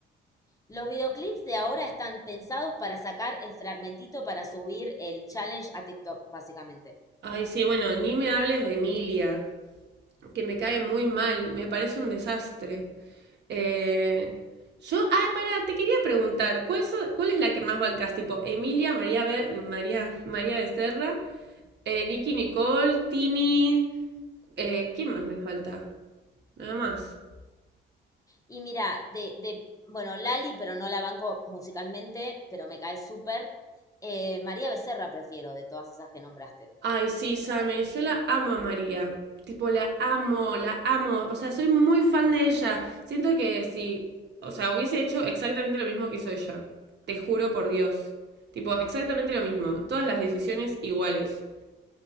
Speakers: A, on the left (about 15°); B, on the right (about 60°).
A: Los videoclips de ahora están pensados para sacar el fragmentito para subir el challenge a TikTok, básicamente.
B: Ay, sí, bueno, ni me hables de Emilia, que me cae muy mal, me parece un desastre. Eh, yo, ay, pará, te quería preguntar, ¿cuál, so- cuál es la que más bancas? Tipo, Emilia, María, Be- María, María Becerra. Eh, Nicky Nicole, Tini. Eh, ¿quién más me falta? Nada más.
A: Y mira, de, de, bueno, Lali, pero no la banco musicalmente, pero me cae súper. Eh, María Becerra prefiero de todas esas que nombraste.
B: Ay, sí, Same, yo la amo a María. Tipo, la amo, la amo. O sea, soy muy fan de ella. Siento que si, o sea, hubiese hecho exactamente lo mismo que hizo ella. Te juro por Dios. Tipo, exactamente lo mismo. Todas las decisiones iguales.